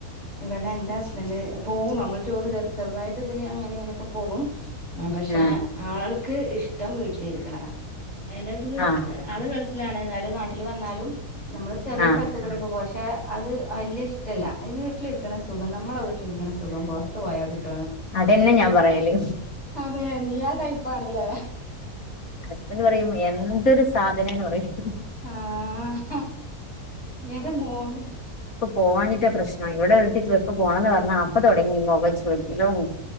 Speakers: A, on the left; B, on the left.
A: ഇവിടെ എൻറെ ഹസ്ബൻഡ് പോവും നമ്മൾ ടൂറ് ചെറുതായിട്ട് ഇതില് അങ്ങനെ ഇങ്ങനെയൊക്കെ പോകും പക്ഷേ
B: ആഹ്
A: ആൾ ക്ക് ഇഷ്ടം വീട്ടിലിരിക്കണതാ എന്റ വീട്
B: ആഹ്
A: ആള് ഗൾ ആണ് എന്നാലും നാട്ടിൽ വന്നാലും നമ്മള് ചെറിയ
B: ആഹ്
A: സ്ഥലത്ത് കൂയൊക്ക പോ- ച- അത് അല്യ ഇഷ്ടല്ല വീട്ടിലിരിക്കണ സുഖം നമ്മളെ വീട്ടിലിരിക്കണ സുഖം പൊറത്ത് പോയാൽ കിട്ടൂ
B: അതെന്നെ ഞാൻ പറയലേ
A: അതെ നീ ആ ടൈപ്പാണല്ലേ
B: ഹസ്ബൻഡ് പറയും എന്തൊരു സ് സാധനോന്ന് പറയും
A: ആഹ ന്റ മോള്
B: പോവാഞ്ഞിട്ട പ്രശ്നം ഇവിടെ ഒരുത്തി ട്രിപ്പ്‌ പോണന്ന് പറഞ്ഞാ അപ്പൊ തുടങ്ങി മുഖ ലും